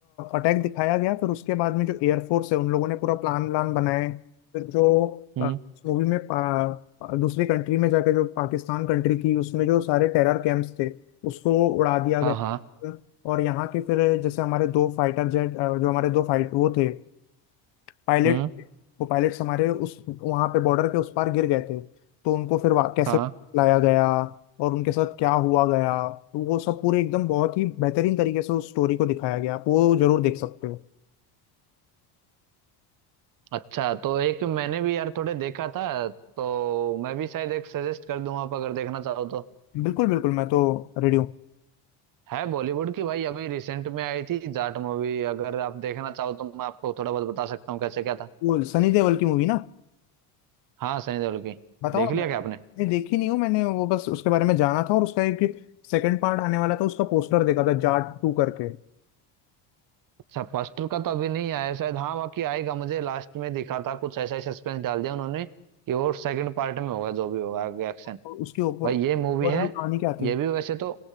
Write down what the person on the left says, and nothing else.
अटैक दिखाया गया फिर उसके बाद में जो एयरफोर्स है उन लोगों ने पूरा प्लान व्लान बनाए फिर जो
मूवी में पा- दूसरी कंट्री में जाके जो पाकिस्तान कंट्री थी उसमें जो सारे टेरर कैंप्स थे उसको उड़ा दिया
गया
और यहाँ के फिर जैसे हमारे दो फाइटर जेट जो हमारे दो फाइट वो थे पायलट
वो पायलट्स हमारे उस वहां पे बॉर्डर के उस पार गिर गए थे तो उनको फिर वा- कैसे
लाया गया और उनके साथ क्या हुआ गया तो वो सब पूरे एकदम बहुत ही बेहतरीन तरीके से उस स्टोरी को दिखाया गया आप वो जरूर देख सकते हो
बिल्कुल बिल्कुल मैं तो रेडी हूँ
वो सनी देओल की मूवी ना
बताओ
ना
मैं
नहीं देखी नहीं हूँ मैंने वो बस उसके बारे में जाना था और उसका एक सेकंड पार्ट आने वाला था उसका पोस्टर देखा था जाट टू करके
और उसकी ओवरऑल
कहानी क्या थी